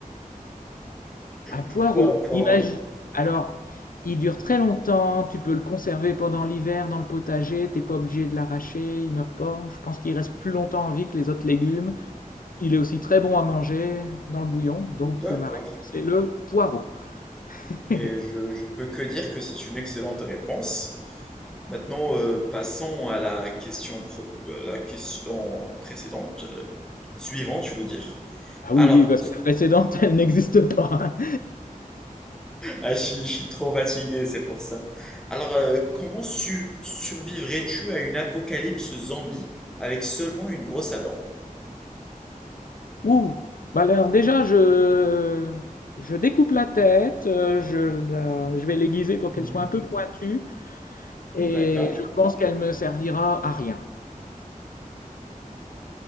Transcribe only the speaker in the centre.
Pourquoi un poireau?
D'accord.
Et je, je peux que dire que c'est une excellente réponse. Maintenant, euh, passons à la question, pre- à la question précédente, euh, suivante, je veux dire.
Alors,
Ah, je suis je suis trop fatigué, c'est pour ça. Alors, euh, comment su- survivrais-tu à une apocalypse zombie avec seulement une brosse à dents?
Mhm.
D'accord.